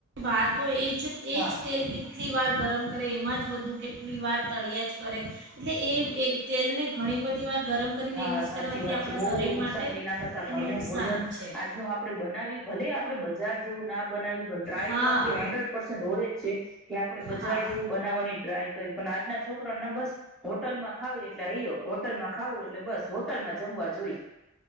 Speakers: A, on the right; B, in the centre.
A: બાર તો એ જ
B: હા
A: તેલ કેટલી વાર ગરમ કરે એમાં જ બધું કેટલી વાર તળિયા જ કરે એટલે એ એ તેલને ઘણી બધી વાર ગરમ કરીને
B: હા
A: યુઝ
B: સાચી
A: કરવાથી
B: વાત
A: આપણા
B: છે બહુ
A: શરીર
B: નુકસાન
A: માટે
B: છે એના કરતા ઘરનું
A: નુકસાન
B: ભોજન
A: છે
B: આજનું આપડે બનાવી ભલે આપડે બજાર જેવું ના બનાવ્યું પણ ટ્રાય
A: હા
B: તો આપડી હન્ડ્રેડ પર્સેન્ટ હોય જ છે કે આપડે બજાર
A: હા
B: જેવું બનાવવાની ટ્રાય કરી પણ આજના છોકરાને બસ હોટલમાં ખાવ એટલે આયો હોટલમાં એટલે બસ હોટલમાં જમવા જોઈ